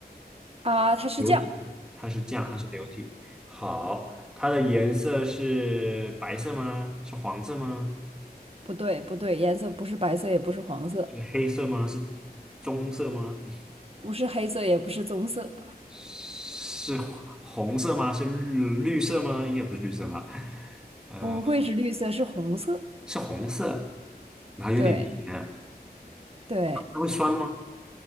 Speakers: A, on the right; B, in the centre.
A: 啊、它是酱，
B: 流体，它是这样，它是流体。好，它的颜色是白色吗？是黄色吗？
A: 不对不对，颜色不是白色也不是黄色，
B: 是黑色吗？是棕色吗？
A: 不是黑色也不是棕色。
B: 是红色吗？是绿绿色吗？应该不是绿色吧？呃，
A: 不会嗯是绿色，是红色。
B: 是红色，然后有点甜，
A: 对对，
B: 它会酸吗？